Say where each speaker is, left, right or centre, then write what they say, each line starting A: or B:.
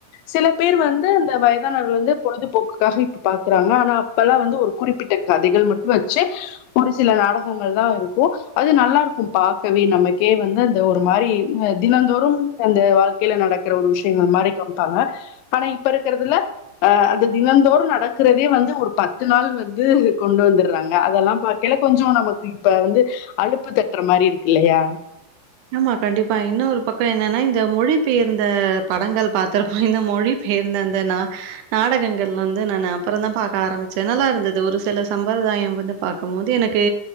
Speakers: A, on the left; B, on the right.
A: சில பேர் வந்து அந்த வயதானவர்கள் வந்து பொழுதுபோக்குக்காக இப்ப பாக்குறாங்க ஆனா அப் அப்பல்லா வந்து ஒரு குறிப்பிட்ட கதைகள் மட்டு வச்சு ஒரு சில நாடகங்கள் தா இருக்கு அது நல்லா இருக்கு பாக்கவே நமக்கே வந்து அந்த ஒரு மாரி தினந்தோறும் அந்த வாழ்க்கையில நடக்கிற ஒரு விஷயங்கள் மாரி காமிப்பாங்க ஆனா இப்ப இருக்றதுல அ அது தினந்தோறும் நடக்குறதே வந்து ஒரு பத்து நாள் வந்து கொண்டு வந்துறாங்க அதெல்லா பா கேல்ல கொஞ்சோ நமக்கு இப்ப வந்து அழுப்பு தட்டுற மாரி இருக்கு இல்லயா
B: ஆமா கண்டிப்பா இன்னொரு பக்கோ என்னன்னா இந்த மொழி பெயர்ந்த படங்கள் பாத்திருப்போ இந்த மொழி பேர்ந்து அந்த நா நாடகங்கள் வந்து நானு அப்றோ தா பாக்க ஆரம்பிச்சே நல்லா இருந்தது ஒரு சில சம்பர்தாயம் வந்து பாக்கும் போது எனக்கு